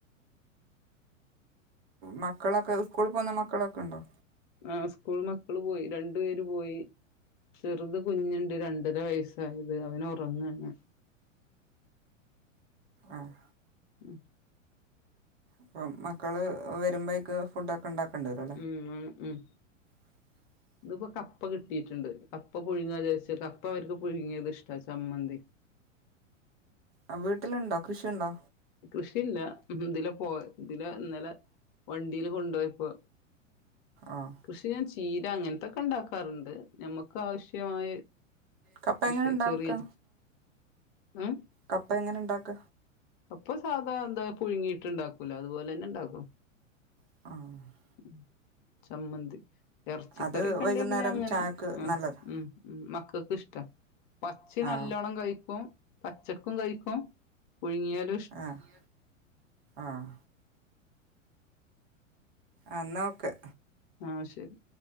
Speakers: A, on the right (about 50°); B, on the left (about 40°).
A: മക്കളൊക്ക സ്കൂളി പോവുന്ന മക്കളൊക്ക ഇണ്ടോ
B: ആ സ്കൂൾ മക്കള് പോയി രണ്ടു പേര് പോയി ചെറ്ത് കുഞ്ണ്ട് രണ്ടര വയസ് സായത് അവന് ഒറങ്ങാണ്
A: ആഹ്
B: ഉം
A: അപ്പം മക്കള് വരുമ്പഴേക്ക് ഫുഡ ക്കെ ഉണ്ടാക്കണ്ടെരോ.
B: ഉം ആ ഉം.
A: <inaudible>
B: ഇത്പ്പൊ കപ്പ കിട്ടിയിട്ടുണ്ട് കപ്പ പുഴുങ്ങാ വിചാരിച്ച് കപ്പ അവർക്ക് പുഴുങ്ങിയത്ഷ്ടാ ചമ്മന്തി.
A: ആ വീട്ടിലുണ്ടോ കൃഷിയുണ്ടോ.
B: കൃഷിയില്ല ഇതിലെ പോ ഇതിലെ ഇന്നലെ. വണ്ടിയില് കൊണ്ടൊയപ്പൊ.
A: ആഹ്.
B: കൃഷി ഞാൻ ചീര അങ്ങനത്തൊക്കെ ഉണ്ടാക്കാറുണ്ട് നമ്മുക്ക് ആവശ്യമായ.
A: കപ്പ
B: കൃഷി
A: എങ്ങനെ ഉണ്ടാവുക്ക
B: ചെറിയ ഉം
A: കപ്പ എങ്ങനെ ഉണ്ടാക്ക.
B: കപ്പ സാധാ എന്ത പുഴുങ്ങിയിട്ട് ഇണ്ടാക്കൂലോ അതുപോലെ തന്നെ ഇണ്ടാക്കും.
A: ആഹ്.
B: ഉം ചമ്മന്തി ഇറച്ചിക്കറിക്കെണ്ടേ
A: അത് വൈകുന്നേരം
B: പിന്നെ അങ്ങനെ
A: ചായക്ക്
B: ആഹ്
A: നല്ലതാണ്
B: ഉം. ഉം മക്കൾക്ക്ഷ്ട പച്ച
A: ആ
B: നല്ലോണ്ണം കഴിക്കും പച്ചക്കും കഴിക്കും. പുഴുങ്ങിയാൽ.
A: ആഹ് ആഹ്. ആഹ് എന്ന ഓക്കെ.
B: ആഹ് ശരി.